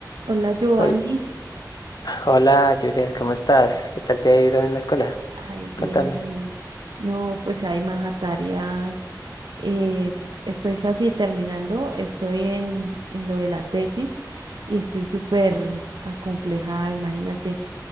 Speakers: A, on the right; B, on the left.
A: Hola, Giovanni.
B: Hol- Hola, Juliet, ¿cómo estás? ¿Qué tal te ha ido en la escuela?
A: Ay, bien,
B: Cuéntame.
A: bien. No, pues hay más tarea. eh, estoy casi terminando, estoy en, en lo de la tesis y estoy súper acomplejada, imagínate.